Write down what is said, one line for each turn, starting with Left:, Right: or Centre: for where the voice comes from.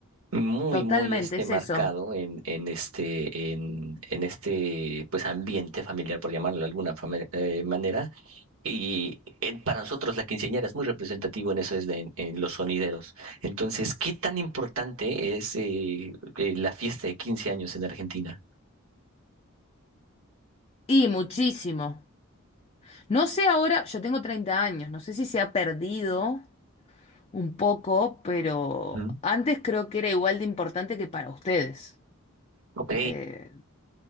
Right: muy,
Left: totalmente,
Right: muy este
Left: es
Right: marcado
Left: eso.
Right: en, en este, en, en este pues ambiente familiar, por llamarlo de alguna fame- eh, manera y eh, para nosotros la quinceañera es muy representativo en eso, es de- en, los sonideros. Entonces, ¿qué tan importante es eh, eh, la fiesta de 15 años en Argentina?
Left: Y muchísimo. No sé ahora, yo tengo 30 años, no sé si se ha perdido un poco, pero
Right: Ujú.
Left: antes creo que era igual de importante que para ustedes.
Right: Ok,
Left: Eh,